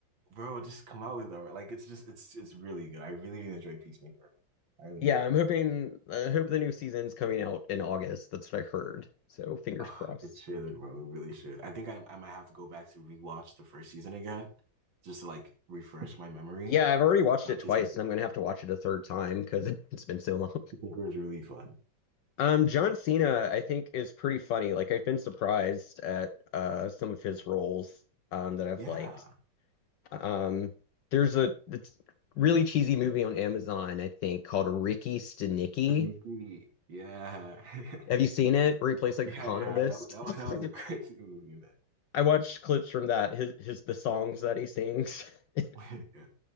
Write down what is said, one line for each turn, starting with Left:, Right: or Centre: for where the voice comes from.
Right: bro, just come out with it. Like it's just it's it's really good. I really, really enjoy Peacemaker. I really
Left: Yeah,
Right: enjoy Peacemaker.
Left: I'm hoping uh, I hope the new season's coming out in August. That's what I heard. So fingers
Right: Oh,
Left: crossed.
Right: it should, bro. It really should. I think I I might have to go back to rewatch the first season again, just to like refresh my memory.
Left: Yeah, I've already watched
Right: Now
Left: it
Right: Peacemaker,
Left: twice, and I'm gonna have to watch it a third time because <laughs> it's been so long.
Right: Peacemaker is really fun.
Left: Um, John Cena, I think, is pretty funny. Like, I've been surprised at uh some of his roles um that I've
Right: Yeah,
Left: liked. Um, there's a it's really cheesy movie on Amazon, I think, called Ricky Stenicki.
Right: Nikki. Yeah, <laughs>
Left: Have you seen it? Where he plays like
Right: yeah,
Left: a con
Right: yeah.
Left: artist.
Right: That wa- that was
Left: <laughs>
Right: that was a crazy movie, man.
Left: I watched clips from that. His his the songs that he sings. <laughs>
Right: <laughs> Yeah.